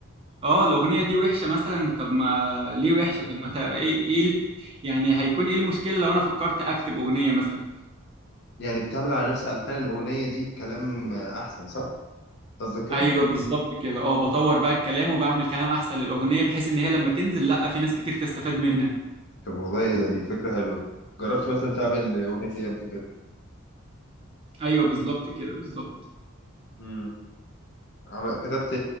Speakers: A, on the right (about 25°); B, on the left (about 50°).
A: اه الاغنية دي وحشة مثلا طب ما ليه وحشة طب ما تا- ايه ايه يعني هيكون ايه المشكلة لو انا فكرت اكتب اغنية مثلا
B: يعني بتعمل على نفس الحان الاغنيه دي كلام آه، احسن صح قصدك كده؟
A: ايوه بالظبط كده اه بطور بقى الكلام وبعمل كلام احسن للاغنية بحيث ان هي لما تنزل لا في ناس كتير تستفاد منها
B: طب والله ايه ده دي فكرة حلوة جربت مثلا تعمل أغنية ايه قبل كده؟
A: ايوه بالظبط كده بالظبط
B: امم عم... كتبت